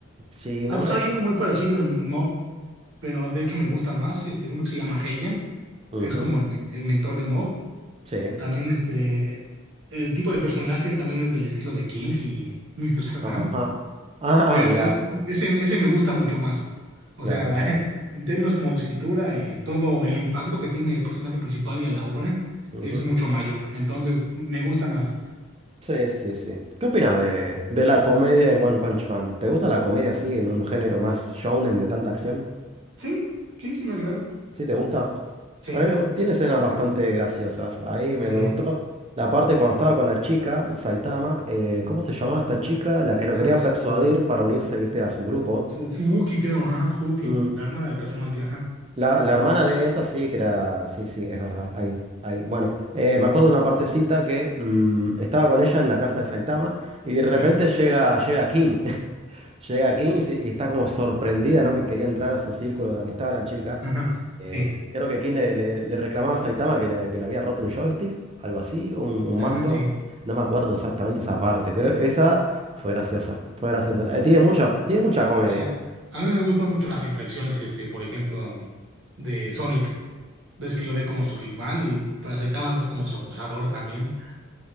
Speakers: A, on the right (about 25°); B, on the right (about 65°).
A: sí,
B: Ah,
A: ¿no?
B: pues
A: Es,
B: hay uno muy parecido en Mob pero de hecho me gusta más, este, uno que se llama Reigen,
A: ujú,
B: que es como el, men- el mentor de Mob.
A: sí,
B: También este, el tipo de personajes también es del estilo de King y Mr. Satan,
A: ajá. Ah,
B: pero
A: mirá,
B: es-
A: sí,
B: ese, ese me gusta mucho más. O
A: claro,
B: sea,
A: claro.
B: <laughs> en términos como de escritura y todo el impacto que tiene el personaje principal y a la obra
A: Ujú.
B: es mucho mayor. Entonces, me gusta más.
A: Sí, sí, sí. ¿Qué opinas de, de la comedia en One Punch Man? ¿Te gusta la comedia así, en un género más shonen de tanta acción?
B: Sí, sí, sí me agrada.
A: ¿Sí te gusta?
B: Sí,
A: A mí me gu- tiene escenas bastante graciosas. Ahí me,
B: sí.
A: me gustó la parte cuando estaba con la chica, Saitama. eh, ¿cómo se llamaba esta chica? La que lo
B: Ah,
A: quería
B: este,
A: persuadir para unirse, viste, a su grupo.
B: Fu- Fubuki creo, ajá, Fubuki,
A: Mm,
B: la hermana de Tazumaki, ajá.
A: La, la hermana de esa sí que era... Sí, sí, es verdad. Ahí, ahí. Bueno, eh, me acuerdo de una partecita que mm, estaba con ella en la casa de Saitama. Y de repente
B: Sí. <laughs>
A: llega, llega King. Llega aquí y, se- y está como sorprendida, ¿no? Que quería entrar a su círculo de amistad la chica.
B: Ajá,
A: Eh,
B: Sí.
A: creo que King le, le- le reclamaba a Saitama que le, que le había roto un joystick, algo así, o un, un
B: Ah,
A: mando.
B: sí.
A: No me acuerdo exactamente esa parte, pero esa fue graciosa. Fue graciosa. Eh, tiene mucha, tiene mucha comedia.
B: O a mí me gustan mucho las interacciones, este, por ejemplo, de Sonic. Ves que lo ve como su rival y para Saitama es como su acusador también.